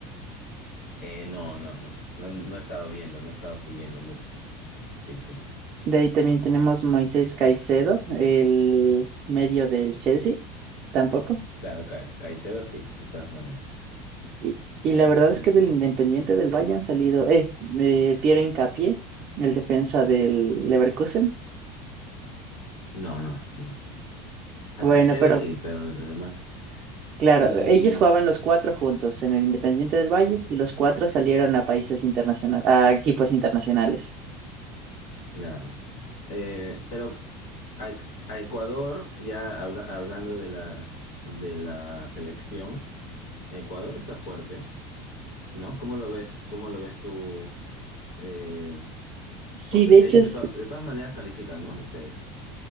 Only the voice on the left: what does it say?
Eh, no, no, no, no, no he estado viendo, no he estado siguiendo mucho. Sí, sí.
Claro, Ca- Caicedo sí, de todas maneras.
Y sí.
No, no, no. A
Caicedo
sí, pero los demás.
Y
claro. Eh, pero a, a Ecuador, ya habla- hablando de la, de la selección, Ecuador está fuerte, ¿no? ¿Cómo lo ves? ¿Cómo lo ves tú? Eh,
porque
ellos
de, to- de todas maneras califican, ¿no? Ustedes.